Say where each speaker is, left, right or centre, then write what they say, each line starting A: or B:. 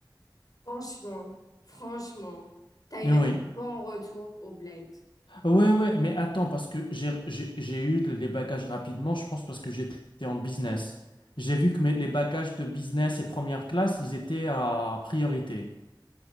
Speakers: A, on the left; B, on the left.
A: Franchement, franchement, t'as
B: Mais
A: eu un
B: Oui.
A: bon retour au bled.
B: Ouais, ouais, mais attends, parce que j'ai j'ai- j'ai eu les bagages rapidement, je pense, parce que j'étais en business. J'ai vu que mes, les bagages de business et première classe, ils étaient à priorité.